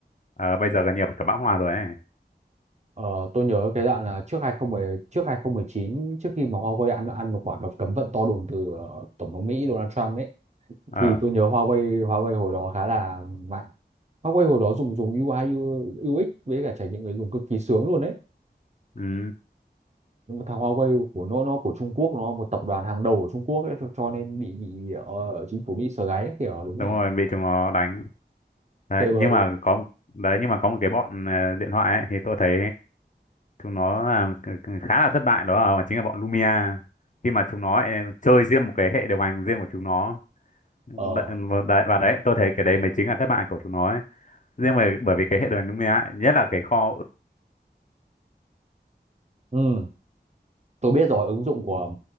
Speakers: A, on the left (about 45°); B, on the right (about 40°).
A: Ờ, bây giờ gần như là cả bão hòa rồi ấy
B: Ờ, tôi nhớ cái đoạn là trước 2010 trước 2019 trước khi mà Huawei ăn ăn một quả cấm cấm vận to đùng từ ờ, tổng thống Mỹ Donald Trump ấy
A: ờ
B: thì tôi nhớ Huawei Huawei hồi đó khá là mạnh. Huawei hồi đó dùng dùng UI UX với cả trải nghiệm người dùng cực kỳ sướng luôn đấy.
A: ừ,
B: Nhưng mà thằng Huawei của nó nó của Trung Quốc nó một tập đoàn hàng đầu của Trung Quốc ấy cho, cho nên bị bị ờ, chính phủ Mỹ sờ gáy ấy, kiểu
A: đúng
B: đúng rồi
A: rồi bị chúng nó đánh đấy
B: chơi bời
A: nhưng mà
B: luôn.
A: có một đấy nhưng mà có một cái bọn ờ, điện thoại ấy, thì tôi thấy chúng nó là khá là thất bại đó là chính là bọn Lumia khi mà chúng nó eh, chơi riêng một cái hệ điều hành riêng của chúng nó Đ-
B: Ờ
A: ừ, và đấy, và đấy tôi thấy cái đấy mới chính là thất bại của chúng nó ấy. riêng về bởi vì cái hệ điều hành Lumia ấy, nhất là cái kho
B: ừ, tôi biết rồi ứng dụng của